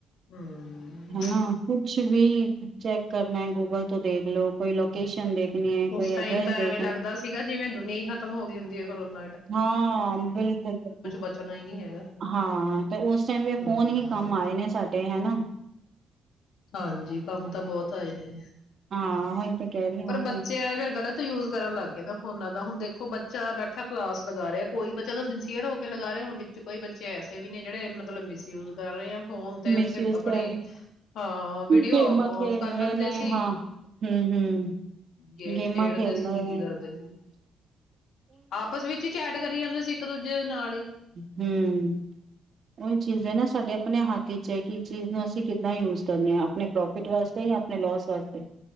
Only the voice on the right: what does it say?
ਹਨਾ ਕੁਛ ਵੀ ਚੈ ਕਰਨਾ ਗੂਗਲ ਤੋਂ ਦੇਖ ਲੋੋ ਕੋਈ ਲੋਕ ਲੋਕੇਸ਼ਨ ਦੇਖਣੀ ਹੈ
ਕੋਈ
ਐਡਰੈਸ
ਦੇ
ਹਾਂ ਬਿਲਕੁਲ ਬਿਲਕੁਲ
ਹਾਂ ਤੇ ਉਸ ਟਾਈਮ ਵੀ ਫੋਨ
ਹੀ ਕੰਮ ਆਏ ਨੇ ਸਾਡੇ ਹਨਾ
ਹਾਂ ਉਹੀ ਤੇ ਕਹਿ ਰਹੀ ਹਾਂ
ਮਿਸਯੂਜ
ਕਰ ਰਹੇ,
ਗੇਮਾਂ ਖੇਡ
ਰਹੇ
ਨੇ
ਹਾਂ ਹਮ ਹਮ
ਗੇਮਾਂ
ਖੇਲਣੇ
ਹਮ ਉਹੀ ਚੀਜ਼ ਹੈ ਨਾ ਸਾਡੇ ਆਪਣੇ ਹੱਥ ਵਿਚ ਹੈ ਕਿ ਇਸ ਚੀਜ਼ ਨੂੰ ਅਸੀਂ ਕਿੱਦਾਂ ਯੂਜ ਕਰਨੇ ਆ ਆਪਣੇ ਪ੍ਰੋਫਿਟ ਵਾਸਤੇ ਜਾਂ ਆਪਣੇ ਲੋਸ ਵਾਸਤੇ